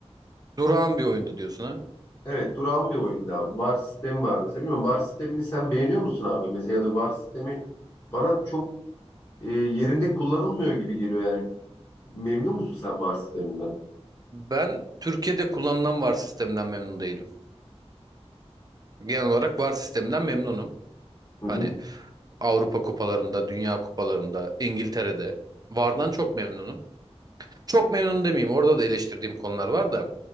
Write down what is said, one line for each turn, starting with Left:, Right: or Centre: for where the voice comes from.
Right: durağan bir oyundu diyorsun ha?
Left: Evet durağan bir oyunda abi. VAR sistemi vardı. Mesela bilmiyorum VAR sistemini sen beğeniyor musun abi? Mesela ya da VAR sistemi bana çok e, yerinde kullanılmıyor gibi geliyor yani. Memnun musun sen VAR sisteminden?
Right: Ben Türkiye'de kullanılan VAR sisteminden memnun değilim. Genel olarak VAR sisteminden memnunum.
Left: Hı hı.
Right: Hani Avrupa kupalarında, Dünya kupalarında, İngiltere'de VAR'dan çok memnunum. Çok memnun demeyeyim. Orada da eleştirdiğim konular var da.